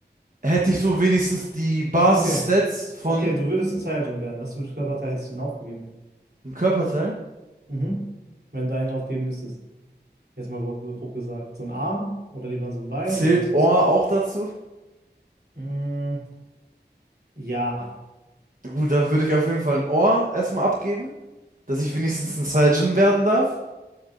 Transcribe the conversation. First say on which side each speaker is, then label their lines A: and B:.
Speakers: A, on the right; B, on the right.
A: hätte ich so wenigstens die Basis-Stats
B: okay,
A: von
B: okay, du würdest ein Saiyajin werden. Was für einen Körperteil hättest du denn aufgegeben?
A: einem Körperteil.
B: Mhm. Wenn du einen aufgeben müsstest. Jetzt mal grob, grob gesagt. So ein Arm oder lieber so ein Bein
A: Zählt
B: oder was?
A: Ohr
B: was?
A: auch dazu?
B: Mm, ja,
A: Gut, dann würde ich auf jeden Fall ein Ohr erstmal abgeben, dass ich wenigstens ein Saiyajin werden darf.